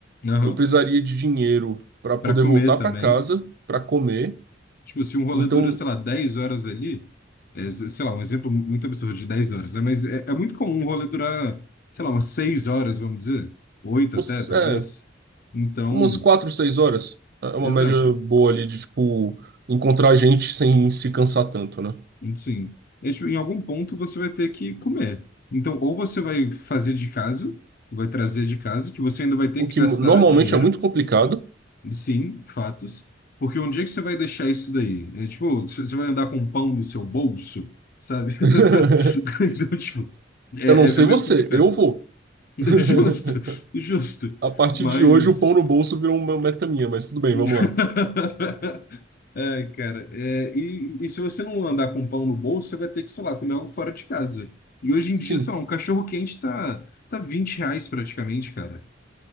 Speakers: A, on the left; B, on the right.
A: Aham.
B: Eu precisaria de dinheiro pra poder
A: Para comer
B: voltar
A: também.
B: pra casa, pra comer.
A: Tipo, se um rolê
B: Então,
A: dura, sei lá, 10 horas ali, é, sei lá, um exemplo muito absurdo de 10 horas, né? Mas é, é muito comum um rolê durar, sei lá, umas 6 horas, vamos dizer. oito
B: umas-
A: até, talvez.
B: é,
A: Então,
B: Umas quatro, seis horas. É uma
A: exato.
B: média boa ali de, tipo, encontrar gente sem se cansar tanto, né?
A: Sim. É, tipo, em algum ponto você vai ter que comer. Então, ou você vai fazer de casa, vai trazer de casa, que você ainda vai ter
B: O
A: que
B: que
A: gastar
B: normalmente
A: dinheiro.
B: é muito complicado.
A: Sim, fatos. Porque onde é que você vai deixar isso daí? É tipo, você você vai andar com um pão no seu bolso, sabe?
B: <laughs>
A: <laughs> Então, tipo, é,
B: Eu não
A: é
B: sei
A: é meio
B: você,
A: complicado.
B: eu vou.
A: <laughs>
B: <laughs>
A: Justo, justo.
B: A partir
A: Mas.
B: de hoje, o pão no bolso virou uma meta minha, mas tudo bem,
A: <laughs>
B: vamos lá.
A: É, cara. é, e, e se você não andar com um pão no bolso, você vai ter que, sei lá, comer algo fora de casa. E hoje em
B: Sim,
A: dia, sei lá, um cachorro quente tá, tá vinte reais praticamente, cara.